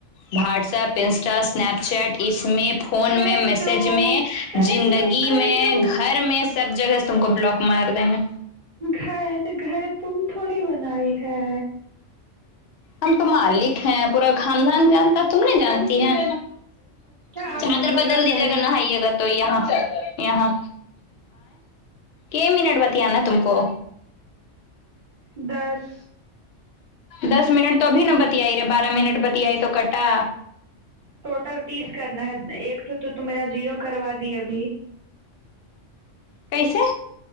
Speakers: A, on the left; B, on the right.
A: WhatsApp Insta Snapchat snap phone
B: کر
A: میں میسج
B: دو
A: میں
B: کر
A: زندگی
B: دو کر
A: میں
B: دو
A: گھر میں سب جگہ سے تم کو بلاک مار دیں گے
B: گھر گھر تم تھوڑی بنائی ہے
A: ہم تو مالک ہیں پورا خاندان جانتا تم نہیں جانتی ہیں
B: ابا
A: چادر بدل
B: کا
A: دیجے
B: گھر
A: گا
B: ہے
A: نہا یہ گا تو یہاں یہاں کے مینٹ بتیائی نہ تم کو
B: دس
A: دس منٹ تو ابھی نہ بتیائی رہے بارہ منٹ بتیائی تو کٹا
B: ٹوٹل تیس کرنا ہے ایک تھے تو میرا زیرو کروا دی ابھی
A: کیسے